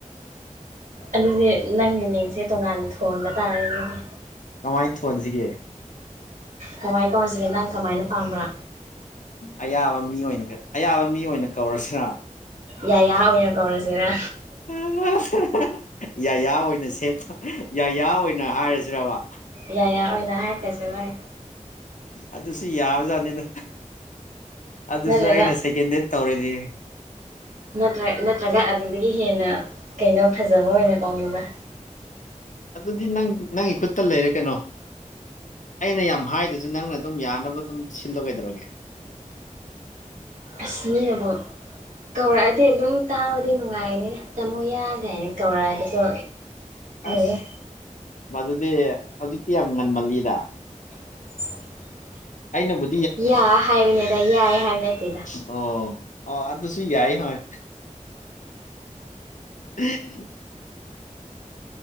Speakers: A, on the right; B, on the left.
A: ꯑꯗꯨꯗꯤ ꯅꯪꯒꯤ ꯃꯤꯡꯁꯦ ꯇꯣꯉꯥꯟꯅ ꯊꯣꯟꯕ ꯇꯥꯔꯦ ꯑꯗꯨꯗꯤ
B: ꯀꯃꯥꯏꯅ ꯊꯣꯟꯁꯤꯒꯦ
A: ꯀꯃꯥꯏ ꯀꯧꯁꯤꯒꯦ ꯅꯪ ꯀꯃꯥꯏꯅ ꯄꯥꯝꯕ꯭ꯔꯥ
B: ꯑꯌꯥꯕ ꯃꯤ ꯑꯣꯏꯅ ꯑꯌꯥꯕ ꯃꯤ ꯑꯣꯏꯅ ꯀꯧꯔꯁꯤꯔꯥ
A: ꯌꯥꯌꯥ ꯑꯣꯏꯅ ꯀꯧꯔꯁꯤꯔ
B: <unintelligible> ꯌꯥꯌꯥ ꯑꯣꯏꯅ ꯁꯦꯕꯥ ꯌꯥꯌꯥ ꯑꯣꯏꯅ ꯍꯥꯏꯔꯁꯤꯕꯥ
A: ꯌꯥꯌꯥ ꯑꯣꯏꯅ ꯍꯥꯏꯒ꯭ꯔꯁꯦ ꯑꯣꯏ
B: ꯑꯗꯨꯁꯨ ꯌꯥꯕꯖꯥꯠꯅꯤꯗ ꯑꯗꯨꯁꯨ
A: ꯅꯠꯇ꯭ꯔꯒ
B: ꯑꯩꯅ ꯁꯦꯀꯦꯟ ꯗꯦꯗ ꯇꯧꯔꯗꯤ
A: ꯅꯠꯇ꯭ꯔ ꯅꯠꯇ꯭ꯔꯒ ꯑꯗꯨꯗꯒꯤ ꯍꯦꯟꯅ ꯀꯩꯅꯣ ꯐꯖꯕ ꯑꯣꯏꯅ ꯀꯧꯅꯤꯡꯕ
B: ꯑꯗꯨꯗꯤ ꯅꯪ ꯅꯪꯒꯤ ꯈꯨꯠꯇ ꯂꯩꯔꯦ ꯀꯩꯅꯣ ꯑꯩꯅ ꯌꯥꯝ ꯍꯥꯏꯗꯁꯨ ꯅꯪꯅ ꯑꯗꯨꯝ ꯌꯥꯅꯕ ꯑꯗꯨꯝ ꯁꯤꯜꯂꯣ ꯀꯩꯗꯧꯔꯒꯦ
A: ꯑꯁꯅꯤꯅꯥꯕꯣ ꯀꯧꯔꯛꯑꯗꯤ ꯑꯗꯨꯝ ꯇꯥꯕꯗꯤ ꯅꯨꯡꯉꯥꯏꯅꯤꯅ ꯇꯥꯃꯣ ꯌꯥ ꯀꯥꯏꯅ ꯀꯧꯔꯛꯑꯗꯁꯨ
B: ꯑꯁ
A: <unintelligible>
B: ꯃꯗꯨꯗꯤ ꯍꯧꯖꯤꯛꯇꯤ ꯌꯥꯝ ꯉꯟꯃꯜꯂꯤꯗ
A: <inaudible>
B: ꯑꯩꯅꯕꯨ
A: ꯌꯥ ꯍꯥꯏꯕꯅꯤꯗ ꯌꯥꯏꯌꯦ ꯍꯥꯏꯕ ꯅꯠꯇꯦꯗ
B: ꯑꯣ ꯑꯣ ꯑꯗꯨꯁꯨ ꯌꯥꯏ ꯍꯣꯏ <inaudible>